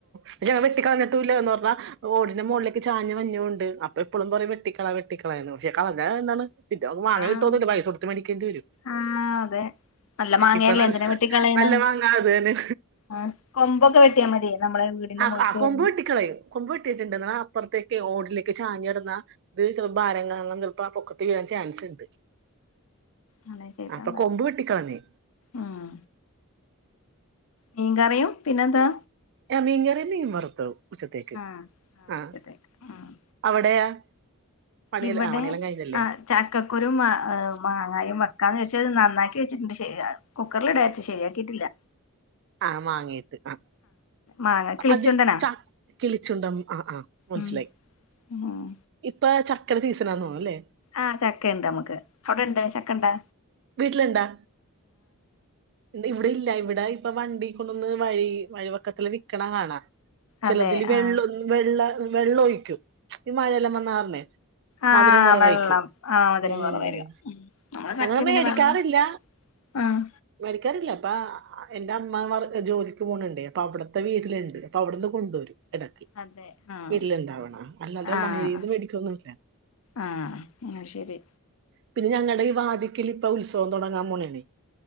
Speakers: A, on the right; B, on the left.
A: പക്ഷെ ഞങ്ങ വെട്ടിക്കളഞ്ഞിട്ടും ഇല്ലന്ന് പറഞ്ഞ ഓടിന്റെ മുകളിലേക്ക് ചാഞ്ഞ്ഞുണ്ട് അപ്പ എപ്പോഴും പറേ വെട്ടിക്കള വെട്ടിക്കളന്ന് പക്ഷെ കളഞ്ഞ എന്താണ് ഇല്ല ഇങ് വാങ്ങാൻ
B: ആഹ്
A: കിട്ടുകയൊന്നുല്ല പൈസ കൊടുത്ത് വാങ്ങിക്കേണ്ടി വരും
B: ആഹ് അതെ നല്ല മാങ്ങല്ലേ
A: ഇപ്പൊ നല്ല
B: എന്തിന വെട്ടിക്കളയണ്
A: നല്ല മാങ്ങ അത് തന്നെ
B: ആഹ് കൊമ്പൊക്കെ വെട്ടിയാൽ മതി നമ്മളെ വീടിന്റെ
A: ആഹ്
B: മോൾക്ക്
A: കൊമ്പ്
B: വരുന്ന
A: വെട്ടിക്കളയും കൊമ്പ് വെട്ടിയിട്ടുണ്ടെന്ന ആഹ് അപ്പുറത്തേക്ക് ഓടിലേക്ക് ചാഞ്ഞിടാ ഇത് ചിലപ്പോ ഭാരം കാണണം ചിലപ്പോ ആ പൊക്കത്ത് വീഴാൻ ചാൻസ് ഉണ്ട്
B: ആണല്ലേ ഇന്നാ
A: അപ്പൊ
B: മതി
A: കൊമ്പ് വെട്ടിക്കളഞ്ഞ്
B: ഉം മീൻ കറിയും പിന്നെന്താ
A: മീൻ കറിയും മീൻ വറുത്തതും ഉച്ചത്തേക്ക്
B: ആഹ്
A: ആഹ്
B: ശരിയാക്ക ആഹ്
A: അവിടെയാ പണിയെല്ലാം
B: ഇവിടെ
A: ആ പണിയെല്ലാം കഴിഞ്ഞല്ലേ
B: ആഹ് ചക്കക്കുരും മാങ്ങായയും വെക്കാന്ന് വെച്ചാൽ അത് നന്നാക്കി വെച്ചിട്ടുണ്ട് ശരി കുക്കറിൽ ഇടയാച്ച ശരിയാക്കിയിട്ടില്ല
A: ആഹ് മാങ്ങീയിട്ട് ആഹ്
B: മാങ്ങ കിളിച്ചുണ്ടനാ
A: അത് ച കിളിച്ചുണ്ട ആഹ് ആഹ് മനസ്സിലായി
B: ഉം ഉം
A: ഇപ്പൊ ചക്കടെ സീസൺ ആണെന്ന് തോന്നു ല്ലേ
B: ആഹ് ചക്ക ഇണ്ട് നമ്മുക്ക് അവിടെ ഉണ്ടോ ചക്ക ഉണ്ടാ
A: വീട്ടിലുണ്ടാ ഇവിടെ ഇല്ല ഇവിടെ ഇപ്പൊ വണ്ടി കൊണ്ടൊന്ന് വഴി വഴി വക്കത്തില് വിൽക്കണ കാണാ ചിലതില്
B: അതെ
A: വെള്ള
B: ആഹ്
A: വെള്ള വെള്ളം ഒഴിക്കൂ ഈ മഴയെല്ലാം വന്നാ കാരണ
B: ആഹ്
A: മധുരം കുറവായിക്കും
B: വെള്ളം ആഹ് മധുരം
A: ഉം
B: കുറവായിരിക്കും
A: ഉം
B: നമ്മളെ ചക്ക
A: ഞങ്ങളെ മെ
B: പിന്നെ വെള്ളം
A: വെക്കാറില്ല
B: ആഹ്
A: മേടിക്കാറില്ല അപ്പ എന്റെ അമ്മ ജോലിക്ക് പോകണണ്ടേ അപ്പ അവിടത്തെ വീട്ടിലുണ്ട് അപ്പ അവിടുന്ന് കൊണ്ടരും ഇടക്ക്
B: അതെ ആഹ്
A: വീട്ടിലുണ്ടാവണ അല്ലാതെ
B: ആഹ്
A: വഴീന്ന് മേടിക്കൊന്നുല്ല
B: ആഹ് അഹ് ശരി
A: പിന്നെ ഞങ്ങളുടെ ഈ വാതിക്കൽ ഇപ്പൊ ഉത്സവം തുടങ്ങാൻ പോണനെ